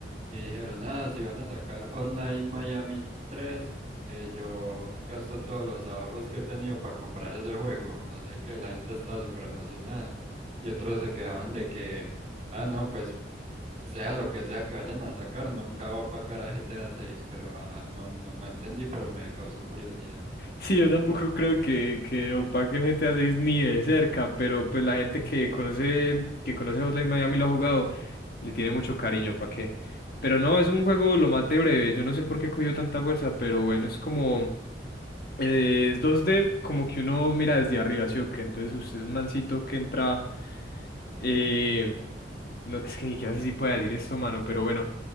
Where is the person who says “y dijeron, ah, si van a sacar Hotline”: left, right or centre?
Right